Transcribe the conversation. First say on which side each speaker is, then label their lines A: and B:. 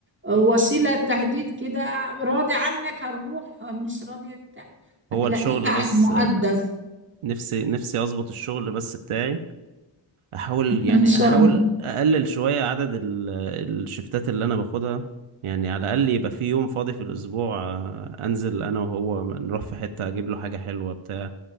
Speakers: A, on the right (about 25°); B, on the right (about 80°).
A: وسيله تهديد كده راضي عنك هنروح مش راضي بتاع
B: هو
A: هتلاقيه
B: الشغل
A: قاعد
B: بس
A: مؤدب
B: آه، نفسي نفسي أظبط الشغل بس بتاعي احاول
A: <laughs>
B: يعني
A: ان شاء
B: احاول اقلل شوية عدد ال- الشفتات اللي انا باخدها يعني على الاقل يبقى في يوم فاضي في الاسبوع آه، انزل انا وهو نروح في حتة اجيب له حاجة حلوة بتاع